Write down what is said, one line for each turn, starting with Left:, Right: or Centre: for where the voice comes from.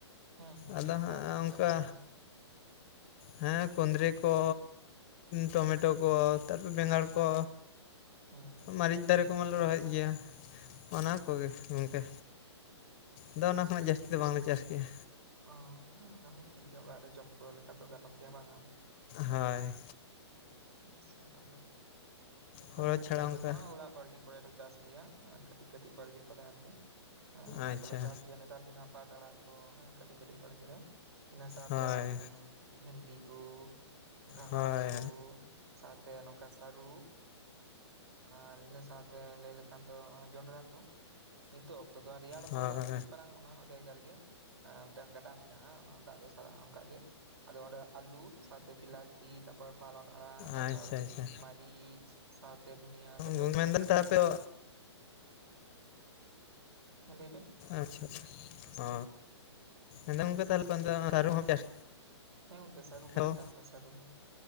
Right: ᱦᱩᱸ ᱦᱩᱸ
Left: ᱟᱫᱚ
Right: ᱛᱟᱣ
Left: ᱦᱟᱸᱜ
Right: ᱪᱮᱫ ᱠᱚᱯᱮ
Left: ᱚᱝᱠᱟ
Right: ᱪᱟᱥ ᱜᱮᱭᱟ?
Left: ᱦᱮᱸ ᱠᱩᱸᱫᱽᱨᱤ ᱠᱚ ᱴᱚᱢᱮᱴᱳ ᱠᱚ ᱛᱟᱨᱯᱚᱨᱮ ᱵᱮᱸᱜᱟᱲ ᱠᱚ᱾
Right: ᱦᱩᱸ᱾
Left: ᱢᱟᱹᱨᱤᱪ ᱫᱟᱨᱮ ᱠᱚ ᱢᱟᱞᱮ ᱨᱚᱦᱚᱭᱮᱫ ᱜᱮᱭᱟ, ᱚᱱᱟ ᱠᱚᱜᱮ ᱜᱚᱝᱠᱮ᱾ ᱟᱫᱚ ᱚᱱᱟ
Right: ᱟᱪᱪᱷᱟ
Left: ᱠᱷᱚᱱᱟᱜ ᱡᱟᱹᱥᱛᱤ ᱫᱚ ᱵᱟᱝ ᱞᱮ ᱪᱟᱥ ᱜᱮᱭᱟ᱾
Right: ᱚ ᱦᱚᱸ ᱚᱱᱟ ᱦᱚᱸ ᱴᱷᱤᱠ ᱜᱮᱭᱟ, ᱚᱲᱟᱜ ᱨᱮ ᱡᱚᱢ ᱠᱩᱲᱟᱹᱣ ᱞᱮᱠᱟᱛᱚ ᱜᱟᱱᱚᱜ ᱜᱮᱭᱟ ᱵᱟᱝᱼᱟ᱾
Left: ᱦᱚᱭ᱾
Right: ᱵᱮᱥ ᱱᱟᱯᱟᱭ ᱦᱳᱭ
Left: ᱦᱳᱲᱳ
Right: ᱜᱚᱝᱠᱮ
Left: ᱪᱷᱟᱲᱟ
Right: ᱟᱞᱮ
Left: ᱚᱱᱠᱟ
Right: ᱦᱚᱸ ᱚᱲᱟᱜ ᱵᱟᱲᱜᱮ ᱠᱚᱨᱮᱞᱮ ᱪᱟᱥ ᱜᱮᱭᱟ, ᱠᱟᱹᱴᱤᱡ ᱠᱟᱹᱴᱤᱡ ᱵᱟᱲᱜᱮ ᱛᱟᱞᱮ ᱟᱨᱠᱤ᱾ ᱦᱮᱸ ᱚᱱᱟ
Left: ᱟᱪᱪᱷᱟ
Right: ᱠᱚᱞᱮ ᱪᱟᱥ ᱜᱮᱭᱟ ᱱᱮᱛᱟᱨ ᱫᱤᱱ ᱢᱟ ᱯᱟᱴ ᱟᱲᱟᱜ ᱠᱚ ᱦᱮᱸ ᱠᱟᱹᱴᱤᱡ ᱠᱟᱹᱴᱤᱡ ᱵᱟᱲᱜᱮ ᱨᱮ᱾ ᱤᱱᱟᱹ ᱥᱟᱶᱛᱮ
Left: ᱦᱳᱭ
Right: ᱵᱷᱤᱱᱰᱤ ᱠᱩ, ᱜᱷᱟᱸᱜᱽᱨᱟ
Left: ᱦᱳᱭ
Right: ᱠᱩ ᱾ ᱥᱟᱶᱛᱮ ᱱᱚᱝᱠᱟ ᱥᱟᱹᱨᱩ᱾ ᱟᱨ ᱤᱱᱟᱹ ᱥᱟᱶᱛᱮ ᱞᱟᱹᱭ ᱞᱮᱠᱷᱟᱱ ᱫᱚ ᱡᱚᱱᱰᱨᱟ ᱠᱩ᱾ ᱱᱤᱛᱚᱜ ᱚᱠᱛᱚ ᱫᱚ ᱨᱮᱭᱟᱲ ᱚᱠᱛᱚ
Left: ᱦᱳᱭ
Right: ᱫᱚ ᱠᱟᱹᱴᱤᱡ ᱯᱟᱨᱟᱝ ᱚᱱᱟ ᱦᱚᱸ ᱡᱟᱭᱜᱟ ᱨᱮᱜᱮ ᱢᱤᱫᱴᱟᱝ ᱜᱟᱰᱟ ᱢᱤᱱᱟᱜᱼᱟ ᱚᱱᱟ ᱫᱟᱜ ᱫᱚ ᱟᱨᱚ ᱚᱱᱠᱟ ᱜᱮ ᱟᱫᱚ ᱚᱸᱰᱮ ᱟᱞᱩ ᱥᱟᱶᱛᱮ ᱵᱤᱞᱟ ᱛᱤ ᱛᱟᱯᱚᱨ ᱯᱟᱞᱚᱱ ᱟᱲᱟ ᱛᱟᱯᱚᱨ
Left: ᱟᱪᱪᱷᱟ ᱟᱪᱪᱷᱟ
Right: ᱢᱟᱹᱨᱤᱪ ᱥᱟᱶᱛᱮ ᱫᱷᱩᱱᱤᱭᱟ, ᱜᱟᱡᱚᱨ
Left: ᱜᱚᱝᱠᱮ
Right: ᱮᱢᱟᱱ
Left: ᱢᱮᱱᱫᱟᱹᱧ
Right: ᱠᱩ᱾
Left: ᱛᱟᱦᱞᱮ ᱟᱯᱮ ᱫᱚ
Right: ᱦᱮᱸ ᱞᱟᱹᱭ ᱵᱮᱱ᱾
Left: ᱟᱪᱪᱷᱟ ᱟᱪᱪᱷᱟ ᱚ ᱦᱮᱸᱛᱚ ᱜᱚᱝᱠᱮ ᱛᱟᱦᱚᱞᱮ ᱚᱱᱛᱮ ᱫᱚ ᱥᱟᱹᱨᱩ ᱦᱚᱸᱯᱮ ᱪᱟᱥ
Right: ᱦᱮᱸ ᱜᱚᱝᱠᱮ ᱥᱟᱹᱨᱩ ᱠᱚᱞᱮ
Left: ᱦᱮᱞᱳ
Right: ᱪᱟᱥᱟ ᱥᱟᱹᱨᱩ ᱦᱚᱸ,